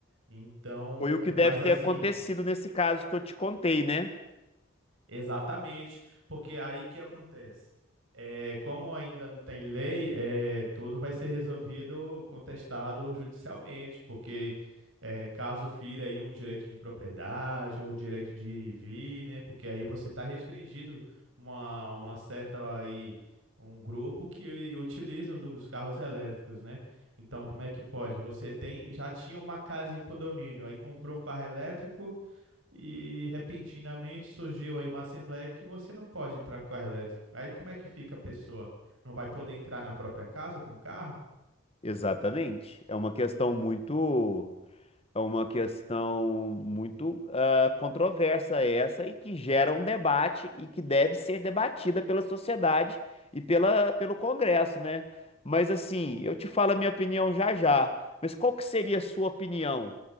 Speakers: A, on the right; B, on the left.
A: Então,
B: Foi o que deve
A: mas
B: ter
A: assim.
B: acontecido nesse caso que eu te contei, né?
A: Exatamente, porque aí que acontece? É, como ainda não tem lei, é, tudo vai ser resolvido, contestado judicialmente, porque é, caso fira aí um direito de propriedade ou direito de ir e vir, né? Porque aí você está restringido uma, uma certa aí um grupo que utilizam dos carros elétricos, né? Então, como é que pode? Você tem já tinha uma casa em um condomínio, aí comprou um carro elétrico e repentinamente surgiu aí uma assembleia que você não pode entrar com carro elétrico. Aí como é que fica a pessoa? Não vai poder entrar na própria casa com carro?
B: Exatamente. É uma questão muito É uma questão muito ah, controversa essa e que gera um debate e que deve ser debatida pela sociedade e pela, pelo Congresso, né? Mas assim, eu te falo a minha opinião já já. Mas qual que seria a sua opinião